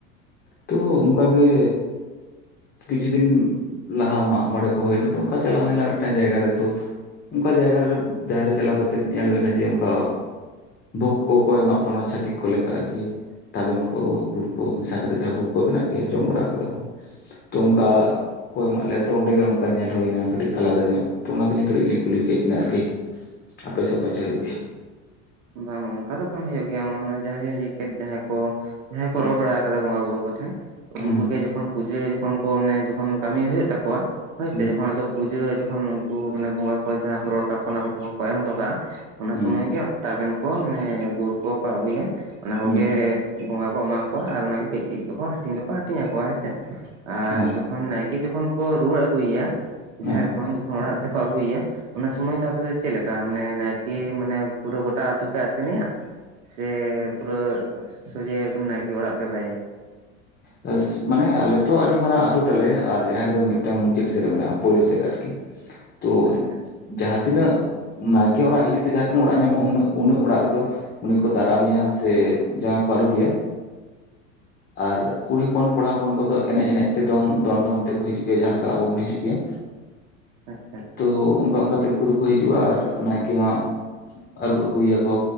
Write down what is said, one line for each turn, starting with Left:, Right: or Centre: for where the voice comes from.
Left: ᱛᱳ ᱚᱝᱠᱟᱜᱮ, ᱠᱤᱪᱷᱩ ᱫᱤᱱ ᱞᱟᱦᱟ ᱢᱟᱜ ᱢᱚᱬᱮ ᱠᱚ ᱦᱩᱭᱱᱟ ᱛᱚ ᱚᱱᱠᱟ ᱪᱟᱞᱟᱣ ᱦᱩᱭᱞᱮᱱᱟ ᱢᱮᱫᱴᱟᱱ ᱡᱟᱭᱜᱟ ᱨᱮ ᱛᱳ, ᱚᱱᱠᱟ ᱡᱟᱭᱜᱟᱨᱮᱵ ᱡᱟᱦᱮ ᱨᱮ ᱪᱟᱞᱟᱣ ᱠᱟᱛᱮᱜ ᱧᱮᱞ ᱦᱩᱭ ᱱᱟ ᱡᱮ ᱚᱱᱠᱟ᱾ ᱵᱷᱳᱜᱽ ᱠᱚᱠᱚ ᱮᱢᱟᱜ ᱵᱚᱱᱟ ᱪᱷᱟᱹᱛᱤᱠ ᱠᱚ ᱞᱮᱠᱟ ᱟᱨᱠᱤ ᱛᱟᱵᱮᱱ ᱠᱚ ᱜᱩᱲ ᱠᱚ ᱢᱮᱥᱟ ᱠᱟᱛᱮᱫ ᱡᱟᱦᱟ ᱵᱷᱩᱠ ᱠᱚ ᱵᱮᱱᱟᱣ ᱮᱜ-ᱜᱮᱭᱟ ᱡᱚᱢ ᱵᱟᱲᱟ ᱠᱟᱫᱟ ᱵᱚᱱ ᱛᱚ ᱚᱱᱠᱟ᱾ ᱠᱚ ᱮᱢᱟᱜ ᱞᱮᱭᱟ ᱛᱚ ᱚᱸᱰᱮ ᱜᱮ ᱚᱱᱠᱟ ᱧᱮᱞ ᱦᱩᱭᱱᱟ ᱠᱟᱹᱴᱤᱡ ᱟᱞᱟᱫᱟ ᱧᱚᱜ ᱛᱚ ᱚᱱᱟ ᱛᱮᱞᱤᱧ ᱠᱟᱹᱴᱤᱡ ᱞᱤᱧ ᱠᱩᱞᱤ ᱠᱮᱫ ᱵᱤᱱᱟ ᱟᱨᱠᱤ᱾ ᱟᱯᱮ ᱥᱮ ᱯᱟᱪᱮ ᱦᱳᱭᱳᱜ ᱜᱮᱭᱟ?
Right: ᱵᱟᱝ ᱵᱟᱝ ᱚᱱᱠᱟ ᱫᱚ ᱵᱟᱝ ᱦᱳᱭᱳᱜ ᱜᱮᱭᱟ <unintelligible> ᱡᱟᱦᱟᱸ ᱞᱟᱹᱭ ᱠᱮᱫ ᱡᱟᱦᱟᱸᱭ ᱠᱚ, ᱡᱟᱦᱟᱸᱭ ᱠᱚ
Left: ᱦᱩᱸ
Right: ᱨᱚᱲ ᱵᱟᱲᱟ ᱠᱟᱫᱟ ᱵᱚᱸᱜᱟ ᱵᱩᱲᱩ ᱠᱚᱴᱷᱮᱱ ᱩᱱᱠᱩ
Left: ᱦᱩᱸ
Right: ᱜᱮ ᱡᱚᱠᱷᱚᱱ, ᱯᱩᱡᱟᱹ ᱡᱚᱠᱷᱚᱱ ᱠᱚ ᱢᱟᱱᱮ ᱡᱚᱠᱷᱚᱱ ᱠᱟᱹᱢᱤ ᱦᱳᱭᱳᱜ ᱛᱟᱠᱚᱣᱟ ᱦᱳᱭᱥᱮ
Left: ᱦᱩᱸ
Right: ᱡᱚᱠᱷᱚᱱ ᱟᱫᱚ ᱯᱩᱡᱟᱹ ᱡᱚᱠᱷᱚᱱ ᱩᱱᱠᱩ ᱢᱟᱱᱮ ᱵᱚᱸᱜᱟ ᱠᱚ ᱡᱟᱦᱟᱸ ᱠᱚ ᱨᱚᱲ ᱠᱟᱜ ᱠᱚᱣᱟ ᱚᱱᱟ ᱠᱚ ᱡᱚᱠᱷᱚᱱ ᱠᱚ ᱮᱢ ᱦᱚᱴᱚ ᱠᱟᱜᱼᱟ ᱚᱱᱟ
Left: ᱦᱩᱸ
Right: ᱥᱩᱢᱟᱹᱭ ᱜᱮ, ᱛᱟᱵᱮᱱ ᱠᱚ ᱢᱟᱱᱮ ᱜᱩᱲ ᱠᱚᱠᱚ ᱟᱹᱜᱩᱭᱟ ᱚᱱᱟ ᱠᱚᱜᱮ,
Left: ᱦᱩᱸ
Right: ᱵᱚᱸᱜᱟ ᱠᱚ ᱮᱢᱟ ᱠᱚᱣᱟ ᱟᱨ ᱚᱱᱟᱜᱮ ᱠᱟᱹᱭ ᱠᱟᱹᱭ ᱫᱚᱠᱚ ᱦᱟᱹᱢᱤᱧ ᱫᱚᱠᱚ ᱦᱟᱹᱴᱤᱧ ᱟᱠᱚᱣᱟ ᱦᱮᱸ ᱥᱮ᱾ ᱟᱨ
Left: ᱦᱮᱸ
Right: ᱡᱚᱠᱷᱚᱱ ᱱᱟᱭᱠᱮ ᱡᱚᱠᱷᱚᱱ ᱠᱚ ᱨᱩᱣᱟᱹᱲ ᱟᱹᱜᱩᱭᱮᱭᱟ ᱡᱟᱦᱮᱨ
Left: ᱦᱮᱸ
Right: ᱠᱷᱚᱱ ᱡᱚᱠᱷᱚᱱ ᱚᱲᱟᱜ ᱛᱮᱠᱚ ᱟᱹᱜᱩᱭᱮᱭᱟ, ᱚᱱᱟ ᱥᱩᱢᱚᱭ ᱫᱚ ᱟᱯᱮ ᱫᱚ ᱪᱮ ᱞᱮᱠᱟ ᱢᱟᱱᱮ ᱱᱟᱭᱠᱮ ᱢᱟᱱᱮ ᱯᱩᱨᱟᱹ ᱜᱚᱴᱟ ᱟᱛᱳ ᱯᱮ ᱟᱥᱮᱱᱮᱭᱟ? ᱥᱮ ᱯᱩᱨᱟᱹ ᱥᱚᱡᱷᱮ ᱮᱠᱫᱚᱢ ᱱᱟᱭᱠᱮ ᱚᱲᱟᱜ ᱯᱮ ᱵᱟᱭᱮᱭᱟ?
Left: ᱮᱥ ᱢᱟᱱᱮ ᱟᱞᱮ ᱛᱚ ᱟᱹᱰᱤ ᱢᱟᱨᱟᱝ ᱟᱛᱳ ᱛᱟᱞᱮ ᱟᱨ ᱡᱟᱷᱮᱨᱮ ᱫᱚ ᱢᱤᱫᱴᱟᱝ ᱢᱩᱪᱟᱹᱫ ᱥᱮᱫ ᱨᱮ ᱢᱮᱱᱟᱜᱼᱟ ᱯᱳᱭᱞᱳ ᱥᱮᱫ ᱨᱮ ᱟᱨᱠᱤ᱾ ᱛᱳ
Right: ᱟᱪᱪᱷᱟ
Left: ᱡᱟᱦᱟᱸᱛ ᱛᱤᱱᱟᱹᱜ ᱱᱟᱭᱠᱮ ᱚᱲᱟᱜ ᱦᱤᱡᱩᱜ ᱛᱮ ᱡᱟᱦᱟᱸ ᱛᱤᱱᱟᱹᱜ ᱚᱲᱟᱜ ᱧᱟᱢᱚᱜᱼᱟ ᱩᱱᱟᱹᱜ ᱩᱱᱟᱹᱜ ᱚᱲᱟᱜ ᱨᱮᱫᱚ, ᱩᱱᱤ ᱠᱚ ᱫᱟᱨᱟᱢᱮᱭᱟ ᱥᱮ ᱡᱟᱸᱜᱟ ᱠᱚ ᱟᱹᱨᱩᱵᱮᱭᱟ ᱟᱨ, ᱠᱩᱲᱤ ᱦᱚᱯᱚᱱ ᱠᱚᱲᱟ ᱦᱚᱯᱚᱱ ᱠᱚᱫᱚ ᱮᱱᱮᱡ ᱮᱱᱮᱡ ᱛᱮ ᱫᱚᱱᱝ ᱫᱚᱱ-ᱫᱚᱱ ᱛᱮᱠᱚ ᱦᱤᱡᱩᱜ ᱜᱮᱭᱟ ᱡᱟᱦᱟᱸ ᱞᱮᱠᱟ ᱟᱵᱚ ᱵᱚᱱ ᱦᱤᱡᱩᱜ ᱜᱮᱭᱟ᱾
Right: ᱟᱪᱪᱷᱟ᱾
Left: ᱛᱚ ᱚᱝᱠᱟ ᱚᱝᱠᱟᱛᱮ ᱩᱱᱠᱩ ᱫᱚᱠᱚ ᱦᱤᱡᱩᱜᱼᱟ ᱟᱨ ᱱᱟᱭᱠᱮ ᱢᱟ ᱟᱹᱨᱩᱵ ᱟᱹᱜᱩᱭᱮᱭᱟᱠᱚ᱾